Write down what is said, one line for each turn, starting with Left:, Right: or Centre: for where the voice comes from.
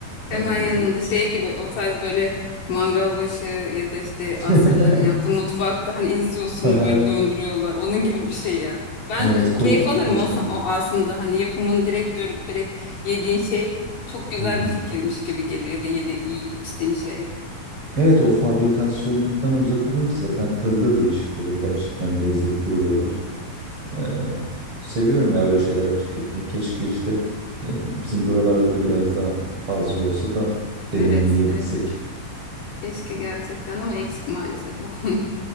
Left: Hemen
Right: Aynen
Left: yanında
Right: çok
Left: şey gibi o tarz böyle mangal başı ya da işte
Right: <laughs>
Left: Asyalıların yaptığı mutfakta hani izliyorsun
Right: Aha.
Left: böyle döndürüyorlar. Onun gibi bir şey ya. Ben
Right: Evet, ko-
Left: keyif alırım
Right: kocaman.
Left: o, sa- o aslında hani yapımını direkt görüp direkt yediğin şey çok güzel
Right: Hı hı.
Left: bir fikirmiş gibi geliyor ya da yedi, yiyip içtiğin şey.
Right: Evet, o fabrikasyonluktan uzak olunca zaten tadı da değişik oluyor. Gerçekten lezzetli oluyorlar. Ee, seviyorum ya öyle şeyler tüketmeyi. Keşke işte e, bizim buralarda da biraz daha fazla olsa da deneyimleyebilsek.
Left: Evet, evet. Keşke gerçekten ama eksik maalesef bu konuda.